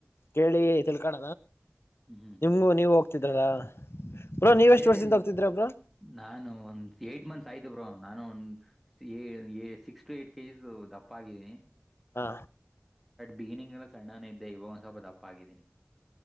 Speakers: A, on the left; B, in the centre.
A: ಕೇಳಿ ತಿಳ್ಕಣ
B: ಹ್ಮ್ ಹ್ಮ್
A: ನಿಮ್ಗೂ ನೀವು ಹೋಗ್ತಿದ್ರಲ್ಲ ಬ್ರೋ ನೀವ್
B: ಅದೇ
A: ಎಷ್ಟು
B: ಅದೇ
A: ವರ್ಷದಿಂದ ಹೋಗ್ತಿದ್ರ ಬ್ರೋ
B: ನಾನು ಒಂದ ಏಟ್ ಮಂತ್ಸ್ ಆಯ್ತು ಬ್ರೋ ನಾನು ಒ ಸಿ ಎ ಎ ಸಿಕ್ಸ್ ಟು ಏಟ್ ಕೆಜಸ್ ದಪ್ಪ ಆಗಿದೀನಿ
A: ಹಾ
B: ಬಿಗಿನಿಂಗ್ ಆಗ ಸಣ್ಣನೇ ಇದ್ದೆ ಇವಾಗ ಒಂದ್ ಸ್ವಲ್ಪ ದಪ್ಪ ಆಗಿದ್ದೀನಿ